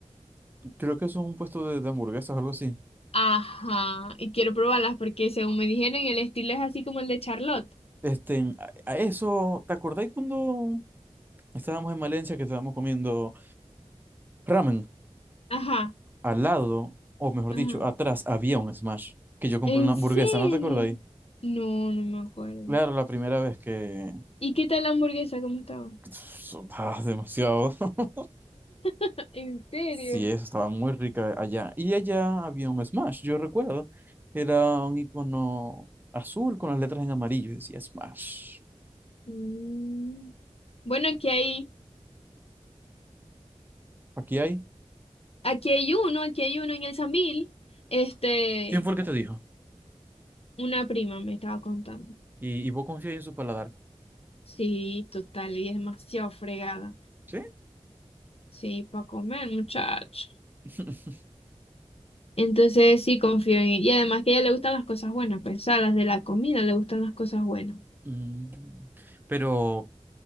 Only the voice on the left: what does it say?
Ajá, y quiero probarlas porque según me dijeron, el estilo es así como el de Charlotte.
Ajá,
ajá.
¿En
serio?
No, no me acuerdo.
¿Y qué tal la hamburguesa? ¿Cómo estaba?
<laughs> ¿En serio?
Mm. Bueno, aquí hay,
aquí hay uno, aquí hay uno en el Sambil. Este,
una prima me estaba contando.
Sí, total, y es demasiado fregada.
Sí, para comer, muchacho.
Entonces sí confío en ella. Y además que a ella le gustan las cosas buenas, pues, o sea, las de la comida le gustan las cosas buenas.